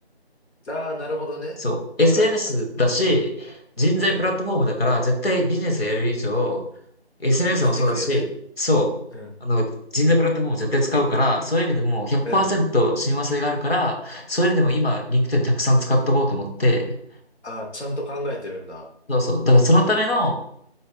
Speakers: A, on the left (about 85°); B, on the left (about 65°).
A: ああ、なるほどね。
B: そう、
A: わかるわかる。
B: SNS だし、人材プラットフォームだから、
A: うん。
B: 絶対ビジネスをやる以上、SNS
A: 生きてくるよね。
B: もそうだし、そう、
A: うん
B: あの、人材プラットフォームを絶対使うから、そういう意味でもう100%
A: うん。
B: 親和性があるから、そういう意味でも今、リンクトインたくさん使っとこうと思って、
A: ああ、ちゃんと考えてるんだ。
B: そうそう、だからそのための、